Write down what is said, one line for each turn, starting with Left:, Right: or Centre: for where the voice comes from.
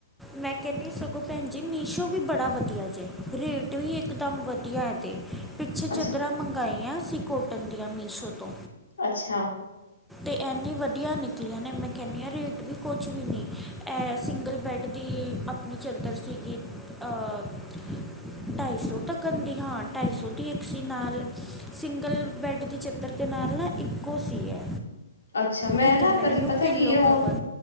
Centre: ਮੈਂ ਕਹਿੰਦੀ ਸਗੋਂ, ਭੈਣ ਜੀ ਮੀਸ਼ੋ ਵੀ ਬੜਾ ਵਧੀਆ ਜੇ। ਰੇਟ ਵੀ ਇੱਕਦਮ ਵਧੀਆ ਤੇ, ਪਿੱਛੇ
Left: ਅੱਛਾ
Centre: ਚਦਰਾ ਮੰਗਾਈ ਮੰਗਾਈਆਂ ਸੀ ਕੋਟਨ ਦੀਆਂ, ਮੀਸ਼ੋ ਤੋਂ
Left: ਅੱਛਾ
Centre: ਇੰਨੀ ਵਧੀਆ ਨਿਕਲੀਆਂ ਨੇ। ਮੈਂ ਕਹਿੰਦੀ ਹਾਂ। ਰੇਟ ਵੀ ਕੁਛ ਵੀ ਨਹੀਂ, ਇਹ ਸਿੰਗਲ ਬੈੱਡ ਦੀ, ਆਪਣੀ ਚੰਦਰ ਸੀਗੀ, ਅ ਢਾਈ ਸੌ ਤੱਕਦੀ ਹਾਂ। ਢਾਈ ਸੌ ਦੀ ਐਕਸੀ ਨਾਲ ਸਿੰਗਲ ਬੈਡ ਦੀ ਚਦਰ ਦੇ ਨਾਲ ਇੱਕੋ ਸੀ ਏ।
Left: ਅੱਛਾ ਮੈਂ
Centre: ਕੀ
Left: ਨਾ
Centre: ਕਹਿੰਦੇ
Left: ਕਦੀ
Centre: ਨੇ, ਇਹਨੂੰ
Left: ਪਤਾ
Centre: ਪਿਲੋ
Left: ਕੀ ਹੈ
Centre: ਕਵਰ